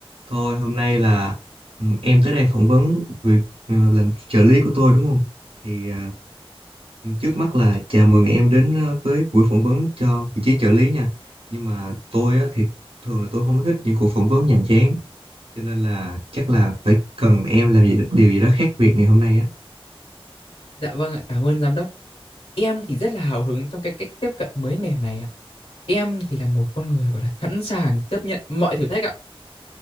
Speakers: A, on the right (about 65°); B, on the left (about 80°).
A: Thôi hôm nay là ừ, em tới đây phỏng vấn việc ờ, làm trợ lý của tôi đúng không? Thì ờ, trước mắt là chào mừng em đến ờ, với buổi phỏng vấn cho vị trí trợ lý nha. Nhưng mà tôi á, thì thường là tôi không có thích những cuộc phỏng vấn nhàm chán cho nên là chắc là phải cần em làm gì điều gì đó khác biệt ngày hôm nay á.
B: Dạ vâng ạ, cảm ơn giám đốc. Em thì rất là hào hứng trong cái cách tiếp cận mới mẻ này ạ. Em thì là một con người gọi là sẵn sàng chấp nhận mọi thử thách ạ.